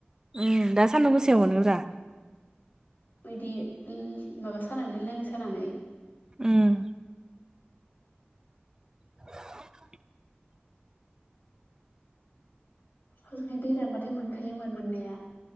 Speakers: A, on the right; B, on the left.
A: उम दा सान्दुं गोसेआव मोनोब्रा
B: बिदि माबा सानानै लाङि सानानै
A: उम <inaudible>
B: हजोंहाय दै रानबाथाय मोनखायोमोन मोननाया